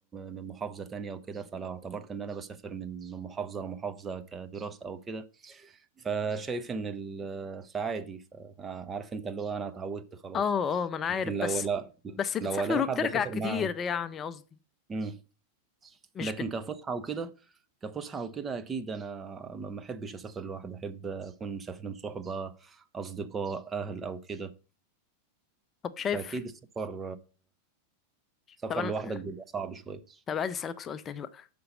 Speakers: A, on the right (about 20°); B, on the left (about 25°).
A: من محافظة تانية وكده فلو اعتبرت ان انا بسافر من من محافظة لمحافظة كدراسة او كده فشايف ان ال- فعادي فعارف انت اللي هو انا اتعودت خلاص
B: اه اه ما انا عارف
A: لكن لو
B: بس
A: لا
B: بس بتسافر
A: لو الاقي
B: وبترجع
A: حد اسافر
B: كتير
A: معاه
B: يعني قصدي
A: مم.
B: مش
A: لكن
B: بت...
A: كفسحة وكده كفسحة وكده اكيد انا ما ما احبش اسافر لوحدي احب اكون مسافرين صحبة اصدقاء اهل او كده
B: طب شايف
A: فاكيد السفر سفر
B: طب انا
A: لوحدك بيبقى صعب شوية
B: طب عايز اسألك سؤال تاني بقى